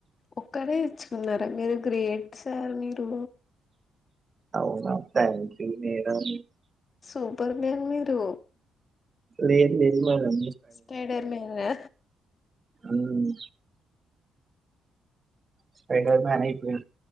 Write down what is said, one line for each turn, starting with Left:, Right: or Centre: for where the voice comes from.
Left: ఒక్కరే తెచ్చుకున్నారా మీరు గ్రేట్ సార్ మీరు
Right: అవునా thank you madam.
Left: Super man మీరు
Right: లేదు లేదు మేడమ్
Left: స్పైడర్ మ్యానా
Right: హ్మ్ స్పైడర్ మ్యాన్ అయిపోయి